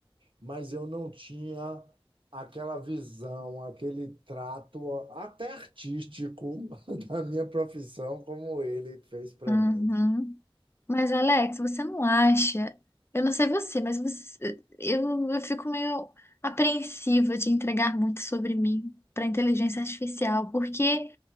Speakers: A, on the right (about 60°); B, on the left (about 25°).
A: mas eu não tinha aquela visão, aquele trato a- até artístico <laughs> da minha profissão como ele fez para
B: Uhum.
A: mim.
B: Mas, Alex, você não acha? Eu não sei você, mas você- eu, eu fico meio apreensiva de entregar muito sobre mim para inteligência artificial, porque